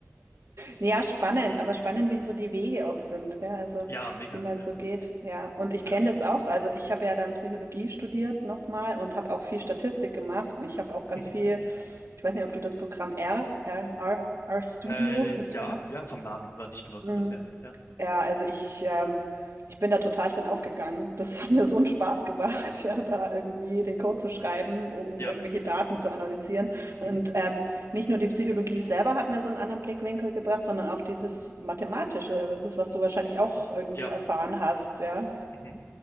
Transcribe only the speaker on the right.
Ja, spannend, aber spannend, wie so die Wege auch sind, gell? Also
wie man
so geht. Ja, und ich
kenne das auch. Also ich habe ja dann Psychologie studiert nochmal und habe auch viel Statistik gemacht. Und ich habe auch ganz
viel, ich weiß nicht, ob du das Programm R, R, R, R Studio
<laughs>
kennst.
Mm.
Ja, also ich, ähm, ich bin da total drin aufgegangen. Das hat
mir so einen Spaß gemacht, <laughs> ja, da irgendwie den Code zu schreiben, um
irgendwelche Daten zu analysieren. Und
ähm, nicht nur die Psychologie selber hat mir so einen anderen Blickwinkel gebracht, sondern auch dieses Mathematische, das, was du wahrscheinlich auch irgendwie
erfahren hast, ja.